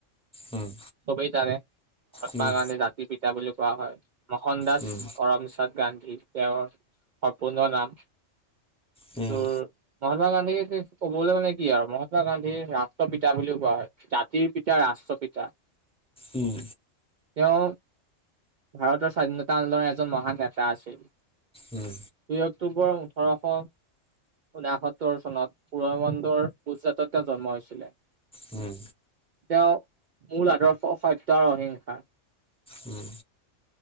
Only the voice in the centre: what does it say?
উম,
উম,
উম,
উম,
উম।
উম।
উম।
উম।